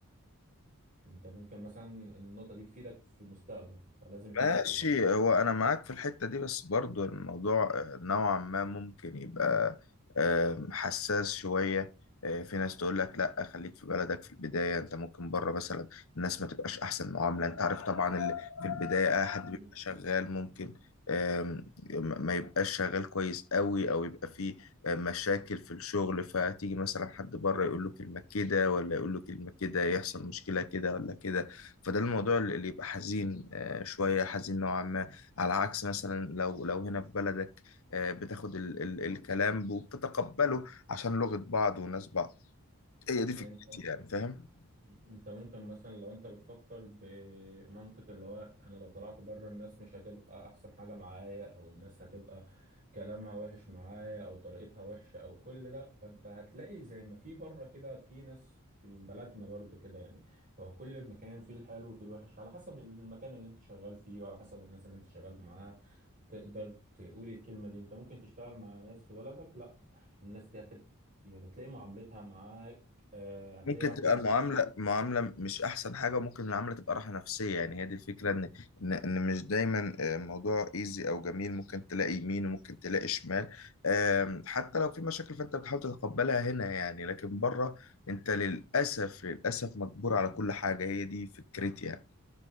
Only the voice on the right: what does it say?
انت ممكن مثلا النقطة دي تفيدك في المستقبل فلازم يكون
معاك خبرة
مم.
يعني
انت
انت ممكن مثلا لو انت بتفكر بمنطق اللي هو انا لو طلعت بره الناس مش هتبقى احسن حاجة معايا او الناس هتبقى كلامها وحش معايا او طريقتها وحشة او كل ده فانت هتلاقي زي ما في بره كده في ناس في بلدنا برضو كده يعني هو كل مكان فيه الحلو وفيه الوحش على حسب المكان اللي انت شغال فيه وعلى حسب الناس اللي انت شغال معاها تقدر تقول الكلمة دي انت ممكن تشتغل مع ناس في بلدك لا الناس دي هتبقى يعني تلاقي معاملتها معاك آه، هتلاقي
راحة
نفسية